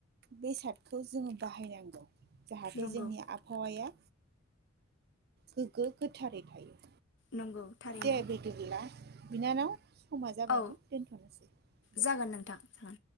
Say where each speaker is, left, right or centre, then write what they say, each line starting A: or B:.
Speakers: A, on the right; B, on the left.
A: बेसादखौ जोङो बाहायनांगौ जाहाथे
B: नंगौ
A: जोंनि आबहावाया गोग्गो गोथारै थायो।
B: नंगौ थारैनो
A: दे बिदिब्ला। बिनानाव समा जाबायमोन
B: औ
A: दोनथ'नोसै दे।
B: जागोन नोंथां जागोन